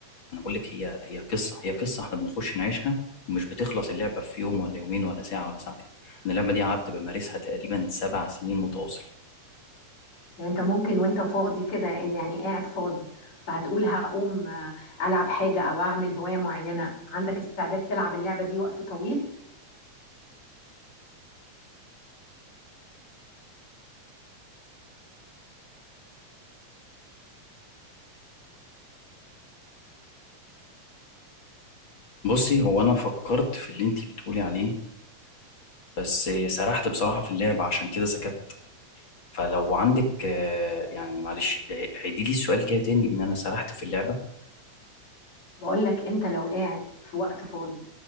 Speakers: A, on the left; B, on the left.
A: انا بقول لك هي هي قصة هي قصة احنا بنخش نعيشها ومش بتخلص اللعبة في يوم ولا يومين ولا ساعة ولا ساعتين انا اللعبة دي قعدت بمارسها تقريبا سبع سنين متواصل
B: يعني انت ممكن وانت فاضي كده يعني قاعد فاضي فهتقول هقوم آه، العب حاجة او اعمل هواية معينة عندك استعداد تلعب اللعبة دي وقت طويل
A: بصي هو انا فكرت في اللي انتي بتقولي عليه بس سرحت بصراحة في اللعبة عشان كده سكت فلو عندك آه، يعني معلش عيدي لي السؤال كده تاني ان انا سرحت في اللعبة
B: بقول لك انت لو قاعد في وقت فاضي